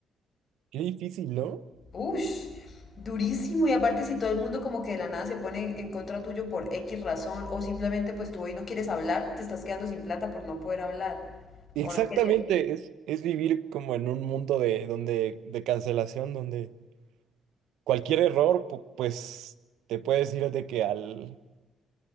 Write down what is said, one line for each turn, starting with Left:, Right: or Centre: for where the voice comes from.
Right: Qué difícil, ¿no?
Left: ¡Ush! Durísimo. Y aparte si todo el mundo como que de la nada se pone en contra tuyo por X razón o simplemente pues tú hoy no quieres hablar, te estás quedando sin plata por no poder hablar
Right: Exactamente,
Left: o no querer.
Right: es, es vivir como en un mundo de, donde, de cancelación, donde cualquier error, pu- pues te puedes ir de que al,